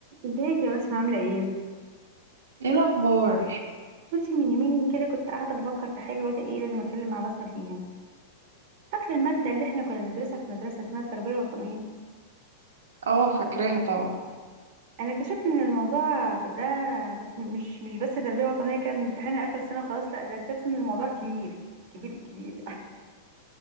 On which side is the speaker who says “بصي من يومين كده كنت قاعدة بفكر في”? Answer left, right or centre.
Right